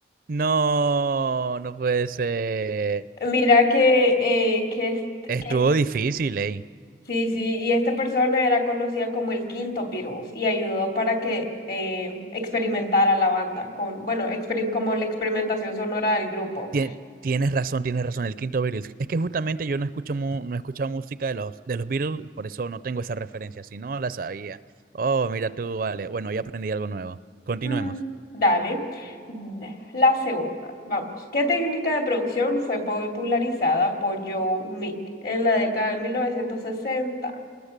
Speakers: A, on the right (about 50°); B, on the left (about 55°).
A: No, no puede ser.
B: Mira que, eh, que, est-
A: Estuvo
B: que
A: difícil, ¿eh?
B: Sí, sí, y esta persona era conocida como el quinto Beatles y ayudó para que eh, experimentara la banda con, bueno, experi- como la experimentación sonora del grupo.
A: Tie- Tienes razón, tienes razón, el quinto Beatles. Es que justamente yo no escucho mu- no he escuchado música de los, de los Beatles, por eso no tengo esa referencia, si no la sabía. Oh, mira tú, vale. Bueno, ya aprendí algo nuevo. Continuemos.
B: Mm, dale. D- La segunda, vamos. ¿Qué técnica de producción fue popularizada por Joe Meek en la década de 1960?